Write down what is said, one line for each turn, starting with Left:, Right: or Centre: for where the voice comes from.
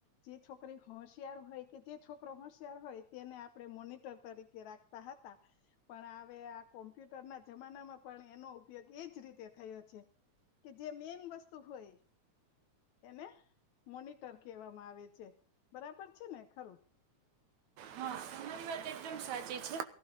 Left: જે છોકરી હોશિયાર હોય કે જે છોકરો હોશિયાર હોય તેને આપણે મોનીટર તરીકે રાખ તા હતા પણ હવે આ કોમ્પ્યુટરના જમાનામાં પણ એનો ઉપયોગ એજ રીતે થયો છે કે જે મેન વસ્તુ હોય એને મોનિટર કહેવામાં આવે છે બરાબર છે ને ખરું
Right: હા તમારી વાત એકદમ સાચી છે